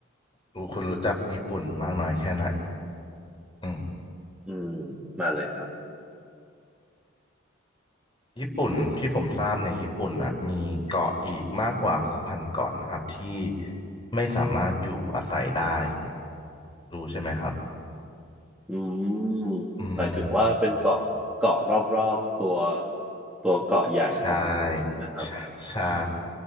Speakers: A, on the left; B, in the centre.
A: รู้คุณรู้จักญี่ปุ่นมากน้อยแค่ไหนอืม
B: อืมมาเลยครับ
A: ญี่ปุ่นที่ผมทราบเนี่ยญี่ปุ่นอ่ะมีเกาะอีกมากกว่าหกพันเกาะนะครับที่ไม่สามารถอยู่อาศัยได้รู้ใช่ไหมครับ
B: อืมหมายถึงว่าเป็นเกาะเกาะรอบๆตัว
A: อืม
B: ตัวเกาะใหญ่ของญี่ปุ่นนะครับ
A: ใช่ใช่ใช่